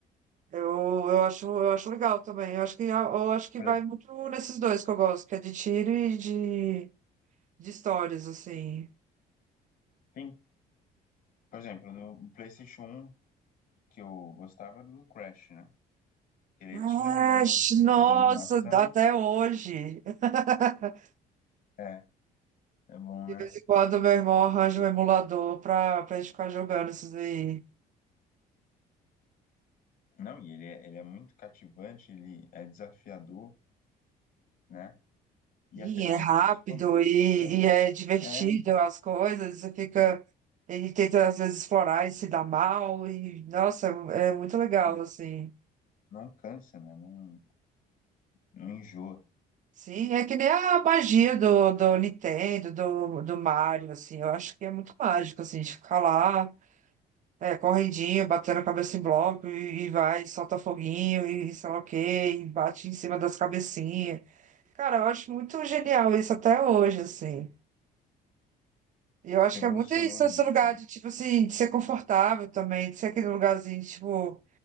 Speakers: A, on the right; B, on the left.
A: Eu, eu acho, eu acho legal também. Eu acho que, eu acho que
B: Por,
A: vai
B: ex-
A: muito nesses dois que eu gosto, que é de tiro e de, de histórias, assim.
B: sim, por exemplo, no PlayStation um que eu gostava era do Crash, né? Que ele
A: Ah,
B: tinha um elemento
A: nossa,
B: de animação.
A: até hoje. <laughs>
B: É, é bom,
A: De
B: né?
A: vez em quando meu irmão arranja um emulador pra, pra gente ficar jogando esses aí.
B: Não, e ele é, ele é muito cativante, ele é desafiador, né? E
A: E
B: até hoje,
A: é rápido
B: como você falou,
A: e,
B: até hoje.
A: e é divertido
B: É,
A: as coisas. Você fica.
B: sim,
A: Ele tenta às vezes explorar e se dá mal. E, nossa, é muito legal,
B: sim.
A: assim.
B: Não cansa, né? Não, não enjoa.
A: Sim, é que nem a magia do, do Nintendo, do, do Mario, assim, eu acho que é muito mágico, assim, de ficar lá, é, correndinho, batendo a cabeça em bloco, e, e vai, solta foguinho, e sei lá o quê, e bate em cima das cabecinhas. Cara, eu acho muito genial isso até hoje, assim. E eu acho
B: Revolucionou
A: que é muito isso, esse
B: isso,
A: lugar
B: né?
A: de, tipo assim, de ser confortável também, de ser aquele lugarzinho, tipo,